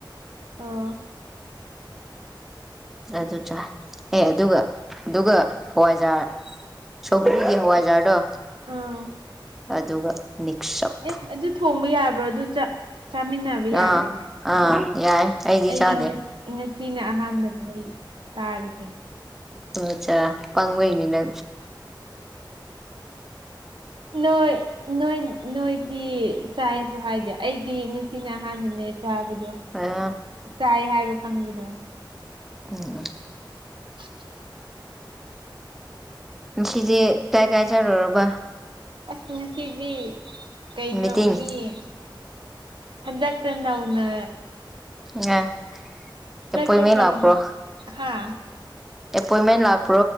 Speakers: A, on the right (about 75°); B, in the centre.
A: ꯑꯣ
B: ꯑꯗꯨ ꯆ ꯑꯦ ꯑꯗꯨꯒ ꯑꯗꯨꯒ ꯍꯋꯥꯏꯖꯥꯔ ꯁꯒꯒꯤ ꯍꯋꯥꯖꯗꯣ
A: ꯑꯝ
B: ꯑꯗꯨꯒ ꯃꯤꯛꯁ ꯑꯞ
A: ꯑꯦ ꯑꯗꯨ ꯊꯣꯡꯕ ꯌꯥꯕ꯭ꯔꯥ ꯑꯗꯨ ꯆꯥꯃꯤꯟꯅꯕ ꯌꯥꯕ꯭ꯔꯥꯅꯦ
B: ꯑꯥ ꯑꯥ ꯌꯥꯏ ꯑꯩꯗꯤ
A: ꯑꯩꯗꯤꯁꯤ
B: ꯆꯥꯗꯦ
A: ꯉꯁꯤꯅ ꯑꯍꯥꯟꯕꯅꯦ ꯑꯩ ꯇꯥꯔꯤꯁꯦ
B: ꯎ ꯆꯔ ꯄꯪꯅꯤꯅ
A: ꯎ ꯅꯣꯏ ꯅꯣꯏꯗꯤ ꯆꯥꯏꯁꯨ ꯍꯥꯏꯗꯦ ꯑꯩꯗꯤ ꯉꯁꯤꯅ ꯑꯍꯥꯟꯕꯅꯦ ꯆꯥꯕꯗꯣ
B: ꯑ
A: ꯆꯥꯏ ꯍꯥꯏꯕ ꯈꯪꯕꯗꯣ
B: ꯑꯣ ꯑ
A: <unintelligible>
B: ꯁꯤꯖꯤꯦ ꯀꯥꯏ ꯀꯥꯏ ꯆꯔꯔꯣꯕ
A: ꯑꯁ ꯉꯁꯤꯗꯤ ꯀꯩꯅꯣ
B: ꯃꯤꯇꯤꯡ
A: ꯃꯤꯌꯦ ꯍꯟꯗꯥꯛ ꯇꯅꯎꯅ
B: ꯑꯦ ꯑꯦꯄꯣꯏꯟꯃꯦꯟ
A: ꯀ ꯅꯎꯅꯦ
B: ꯂꯥꯛꯄ꯭ꯔꯣ
A: ꯍꯥ
B: ꯑꯦꯄꯣꯏꯟꯃꯦꯟ ꯂꯥꯛ